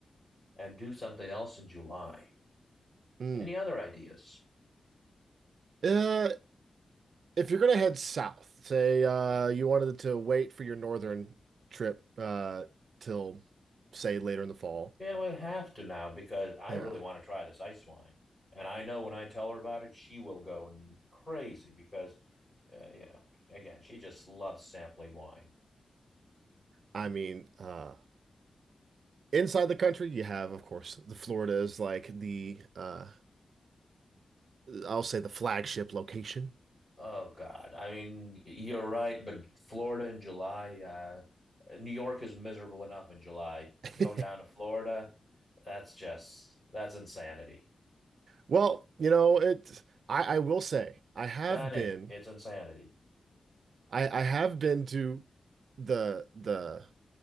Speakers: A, on the left (about 15°); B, on the right (about 85°).
A: and do something else in July.
B: Mm.
A: Any other ideas?
B: Uh, if you're gonna head south, say uh, you wanted to wait for your northern trip uh, till say later in the fall.
A: Yeah, we'd have to now because I
B: Yeah,
A: really want to try this ice wine. And I know when I tell her about it, she will go crazy because, uh, you know, again, she just loves sampling wine.
B: I mean, uh, Inside the country, you have, of course, the Florida is like the uh I'll say the flagship location.
A: Oh God, I mean, you're right, but Florida in July, uh, New York is miserable enough in July.
B: <laughs>
A: Going down to Florida, that's just that's insanity.
B: Well, you know, it I I will say I have
A: Done it.
B: been
A: It's insanity.
B: I I have been to the the